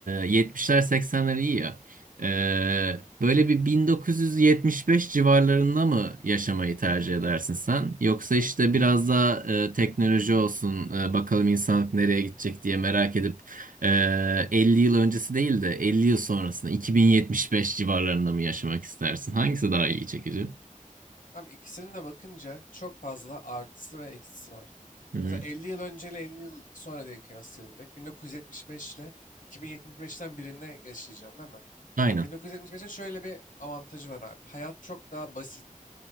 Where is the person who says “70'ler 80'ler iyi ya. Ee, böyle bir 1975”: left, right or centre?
Right